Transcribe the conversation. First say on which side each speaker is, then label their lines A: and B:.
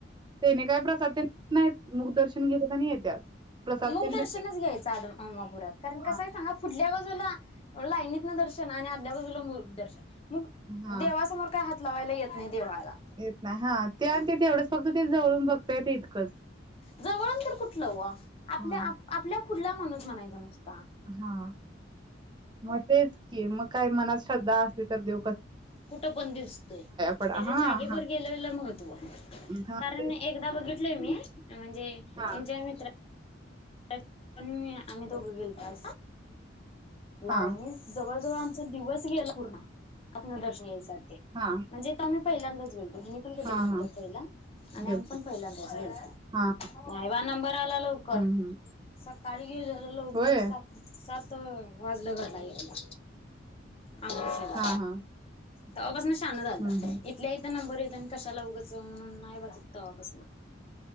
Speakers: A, on the right; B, on the left.
A: तेनी काय प्रसाद तेन खात नाईत, मुकदर्श त्यानी घेत्यात, आणि येत्यात. प्रसाद
B: मग
A: तेन
B: दर्शनच
A: देते
B: घ्यायच, अद, अमापुरात कारण
A: हा
B: कस आहे सांगा पडल्या. चला, लाईनीत न दर्शन आणि आदल्या बाजूला मु. दर्शन. मग
A: हा
B: देवा समोर काय हात. लावायला येत नाहीत. देवळाला,
A: येत नाही हा ते आणि
B: हम
A: ते तेवढंच फक्त ते जवळून बघता येत इतकंच.
B: जवळ तर कुठलं व आपल्या-आपल्या
A: हा
B: फुल ला माणूस म्हणायच नुसत.
A: हा म तेच की मग काही मनात श्रद्धा असली तर, दे
B: कुठं पण दिसतोय,
A: पडा
B: त्याच्या
A: हा
B: जागेवर
A: हा
B: गेलेल महत्त्व
A: हा
B: कारण
A: तेच
B: एकदा बघितलंय मी. म्हणजे,
A: हा
B: हेंच्या मित्र. पण मी, आम्ही दोघं गेलतो. लायनी
A: हा
B: जवळ-जवळ आ. मच दिवस गेला पूर्ण, आतन दर्शन घ्यायसा.
A: हा
B: म्हणजे तम्ही. पहिल्यांदच गेलो. तुम्ही पण कधी
A: हा
B: नव्हता
A: हा
B: पहिला, आणि
A: गेलतो
B: आम पण पहिल्यांदाच गलतो,
A: हा हा
B: मायवा नंबर आला लवकर.
A: हम्म हम्म
B: चकाळी. ये झालं लवकर
A: होय
B: सात-सात. तर वाजलं घरला यालला. आयशा.
A: हा हा
B: तवा-पसन. चांगल झाल,
A: हम्म हम्म
B: इथल्या इथ नंबर येतोय. नंन कशाला उगच, म्हणून नाइ बाई तवापासन.